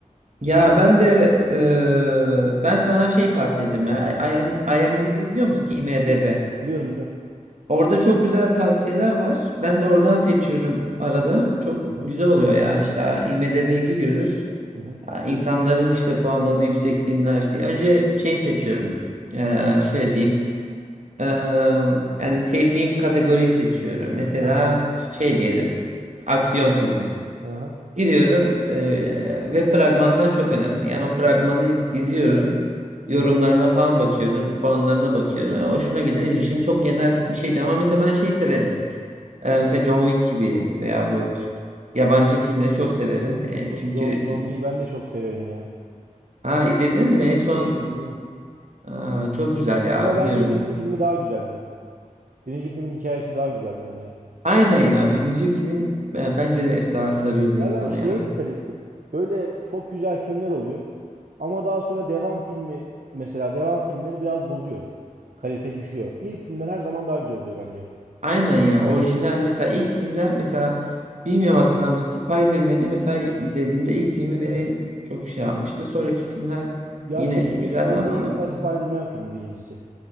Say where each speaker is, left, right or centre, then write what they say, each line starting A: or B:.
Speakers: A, on the right; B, on the right.
A: ya ben de e, ben sana şey tavsiye ederim ya. I- IM IMDb biliyor musun? IMDb.
B: Biliyorum, biliyorum. biliyorum.
A: Orada çok güzel tavsiyeler var. Ben de oradan seçiyorum arada. Çok
B: Hı
A: güzel
B: hı.
A: oluyor ya. İşte IMDb'ye giriyoruz.
B: Hı hı.
A: Aa, İnsanların işte puanladığı yüksek filmler işte. Önce şey seçiyorum. Ee, şöyle diyeyim. Ee, yani sevdiğim kategoriyi seçiyorum. Mesela
B: Ha.
A: şey diyelim. Aksiyon filmi.
B: Aha.
A: Giriyorum ee, ve fragmanlar çok önemli. Yani o fragmanı iz- izliyorum. Yorumlarına
B: Hı hı.
A: falan bakıyorum. Puanlarına bakıyorum. Ya hoşuma giden izliyorum. Şimdi çok genel bir şeydi ama mesela ben şey severim. Ee, mesela John Wick gibi veyahut yabancı filmleri çok severim. Ee,
B: Jo-
A: çünkü
B: John, John Woo'yu ben de çok severim ya.
A: ha, izlediniz mi en son?
B: İzledim, izledim.
A: Aa, çok güzel ya
B: Ama bence
A: bilmiyorum
B: birinci
A: ya.
B: filmi daha güzeldi. Birinci filmin hikayesi daha güzeldi bence.
A: Aynen ya birinci film e, bence de daha sarıyordu insanı
B: Ya ben şeye
A: ya.
B: dikkat ettim. Böyle çok güzel filmler oluyor. Ama daha sonra devam filmi mesela devam filmleri biraz bozuyor. Kalite düşüyor. İlk filmler her zaman daha güzel oluyor bence.
A: Aynen ya orijinal mesela ilk filmler mesela bilmiyorum hatırlar mısın? Spider-Man'i mesela izlediğimde ilk filmi beni
B: Evet.
A: çok şey yapmıştı. Sonraki filmler
B: Ya
A: yine
B: çekilmiş
A: güzeldi
B: bence
A: ama
B: en güzel Spider-Man filmi birincisi.